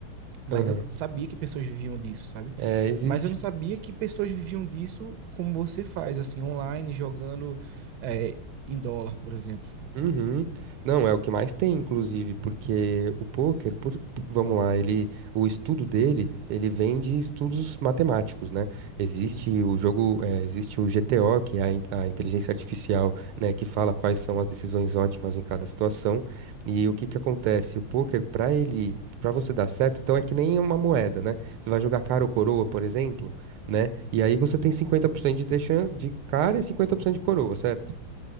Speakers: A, on the right; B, on the right.
A: mas
B: Aham.
A: eu sabia que pessoas viviam disso, sabe?
B: É, existe.
A: Mas eu não sabia que pessoas viviam disso como você faz, assim, online, jogando, eh, em dólar, por exemplo.
B: Uhum. Não, é o que mais tem, inclusive, porque o pôquer, por- vamos lá, ele, o estudo dele, ele vem de estudos matemáticos, né? Existe
A: Uhum,
B: o jogo, eh, existe o GTO, que é a, in- a inteligência artificial, né, que fala quais são as decisões ótimas em cada situação. E o que que acontece? O pôquer, para ele, para você dar certo, então é que nem uma moeda, né? Você vai jogar cara ou coroa,
A: sim.
B: por exemplo, né? E aí você tem 50% de de chance de cara e 50% de coroa, certo?